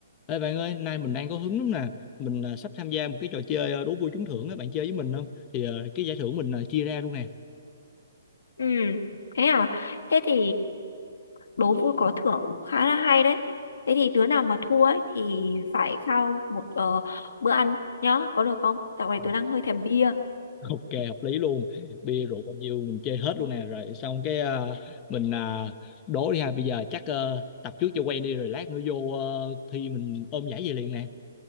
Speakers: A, on the left (about 20°); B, on the left (about 80°).
A: Ê bạn ơi, nay mình đang có hứng lắm nè. Mình à, sắp tham gia một cái trò chơi à, đố vui trúng thưởng á, bạn chơi với mình không? Thì à, cái giải thưởng mình à, chia ra luôn nè.
B: Ừ, thế à? Thế thì đố vui có thưởng khá là hay đấy. Thế thì đứa nào mà thua ấy thì phải khao một ờ, bữa ăn nhá, có được không? Dạo này
A: Ồ,
B: tớ đang hơi thèm bia.
A: <laughs> Ok, hợp lý luôn. Bia rượu bao nhiêu mình chơi hết luôn nè. Rồi xong cái à, mình à, đố đi ha. Bây giờ chắc ờ, tập trước cho quen đi rồi lát nữa vô ờ, thi mình ôm giải về liền nè.